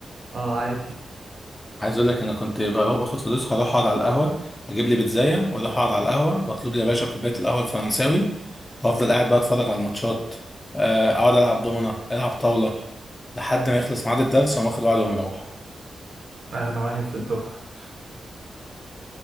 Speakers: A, on the right; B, on the left.
A: اه عادي
B: عايز اقول لك انا كنت بروح باخد فلوس هروح اقعد على القهوه اجيب لي بيتزايه واروح اقعد على القهوه واطلب لي يا باشا كوبايه القهوه الفرنساوي وافضل قاعد بقى اتفرج على الماتشات آه، اقعد العب دومنه العب طاوله لحد ما يخلص ميعاد الدرس واقوم واخد وعد ومروح
A: اغنى واحد في الدفعه